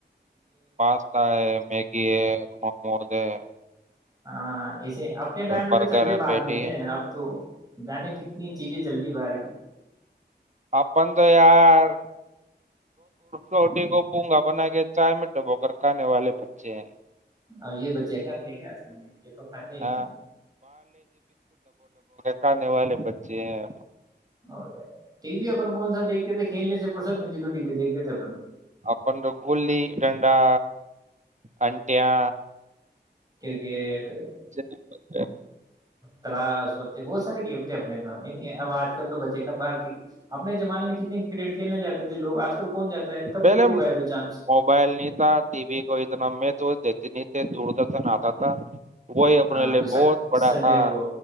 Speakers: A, on the right; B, on the right.
A: پاستا ہے میگی ہے موموز ہے
B: ہاں ایسے اپنے ٹائم پہ
A: برگر
B: تو چلتے
A: ہے
B: بعد
A: پیٹی
B: میں تھے
A: ہے۔
B: ہم تو جانے کتنی چیزیں چل گئی باہر کی
A: آپن تو یار روٹی کو پونگا بنا کے چائے میں ڈبوگر کھانے والے بچے ہیں
B: اب یہ بچے کھاتے ہیں کہ آج کل یہ تو کھاتے ہی
A: ہاں
B: نہیں
A: کھان نے والے پچے ہیں
B: اور ٹی وی اپن کون سا دیکھتے تھے کھیلنے سے فرصت ملتی تو ٹی وی دیکھتے تھے اپن
A: اپ جو گلی ڈڈا اٹیا
B: کرکٹ
A: ہیں
B: تلاش پتے بہت سارے گیم تھے اپنے تو اب آج کل تو بچے باہر کی اپنے زمانے میں کتنے کرکٹ کھیلنے جاتے تھے لوگ آج کل کون جاتا ہے کبھی
A: پہلے
B: کبھی بائی دو چانس
A: موبائل نہیں تھا ٹی وی کو اتنا میں تو دیتی نہیں دوردشن آتا تھا وہی اپنے
B: ہاں
A: لیے
B: جو
A: بہت بڑا
B: سنڈے
A: تھا
B: کو